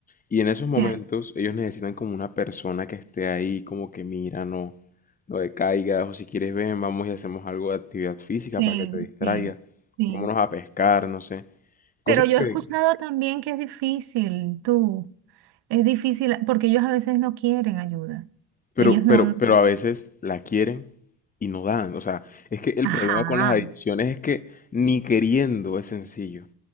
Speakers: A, on the left (about 20°); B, on the right (about 70°).
A: Y en esos
B: cierto.
A: momentos ellos necesitan como una persona que esté ahí, como que mira, no, no decaigas, o si quieres ven, vamos y hacemos algo de actividad física
B: Sí,
A: para que te distraiga,
B: sí, sí.
A: vámonos a pescar, no sé. Cosas
B: Pero yo
A: que,
B: he escuchado también que es difícil, tú. Es difícil porque ellos a veces no quieren ayuda.
A: Pero,
B: Ellos no.
A: pero,
B: no-
A: pero a veces la quieren y no dan. O sea, es que el
B: Ajá.
A: problema con las adicciones es que ni queriendo es sencillo.